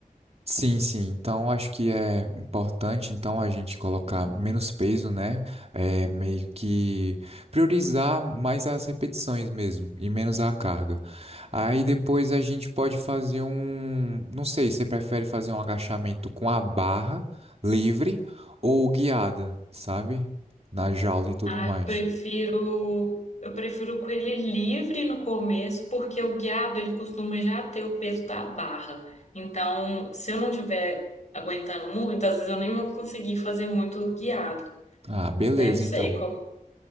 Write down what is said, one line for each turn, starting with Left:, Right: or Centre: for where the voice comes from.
Right: Sim, sim. Então, acho que é importante, então, a gente colocar menos peso, né? É, meio que priorizar mais as repetições mesmo e menos a carga. Aí depois a gente pode fazer um, não sei, você prefere fazer um agachamento com a barra livre ou guiada, sabe? Na jaula e tudo
Left: Ah,
Right: mais.
Left: eu prefiro, eu prefiro com ele livre no começo, porque o guiado ele costuma já ter o peso da barra. Então, se eu não tiver aguentando muito, às vezes eu nem vou conseguir fazer muito guiado.
Right: Ah, beleza,
Left: Né? Não sei
Right: então.
Left: qual.